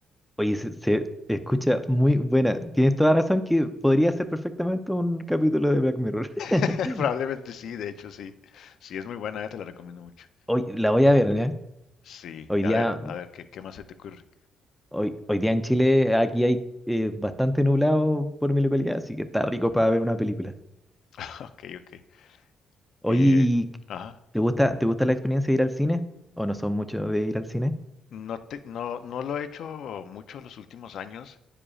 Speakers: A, in the centre; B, on the left (about 70°).
A: Oye, se, se escucha muy buena. Tienes toda razón que podría ser perfectamente un capítulo de Black Mirror. <laughs>
B: <laughs> Probablemente sí, de hecho sí. Sí, es muy buena, eh, te la recomiendo mucho.
A: Hoy la voy a ver, ¿eh?
B: Sí,
A: Hoy
B: a
A: día
B: ver, a ver, ¿qué, qué más se te ocurre?
A: Hoy, hoy día en Chile, aquí hay eh, bastante nublado por mi localidad, así que está rico para ver una película.
B: <laughs> Ok, ok.
A: Oye,
B: Eh,
A: ¿y
B: ajá.
A: te gusta, te gusta la experiencia de ir al cine? ¿O no son muchos de ir al cine?
B: No te, no, no lo he hecho mucho los últimos años,